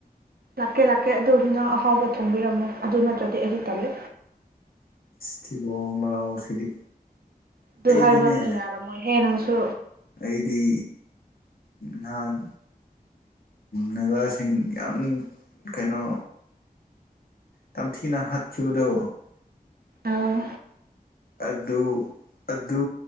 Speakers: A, on the right; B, on the left.
A: ꯂꯥꯛꯀꯦ ꯂꯥꯛꯀꯦ ꯑꯗꯨ ꯅꯪ ꯑꯍꯥꯎꯕ ꯊꯣꯡꯕꯤꯔꯝꯃꯣ ꯑꯗꯨ ꯅꯠꯇ꯭ꯔꯗꯤ ꯑꯩꯗꯤ ꯇꯜꯂꯦ
B: ꯊꯤꯕꯣꯡ ꯂꯥꯎ ꯁꯤꯗꯤ
A: ꯑꯗꯨ
B: ꯑꯩꯗꯤꯅꯦ
A: ꯍꯥꯏꯕꯗꯣ ꯌꯥꯔꯝꯃꯣꯏꯍꯦ ꯅꯪ ꯁꯨ
B: ꯑꯩꯗꯤ ꯅꯍꯥꯟ ꯅꯒꯥꯁꯤꯡ ꯌꯥꯝ ꯀꯩꯅꯣ ꯇꯝꯊꯤꯅ ꯍꯥꯠꯈꯤꯕꯗꯣ
A: ꯑꯥꯎ
B: ꯑꯗꯨ ꯑꯗꯨ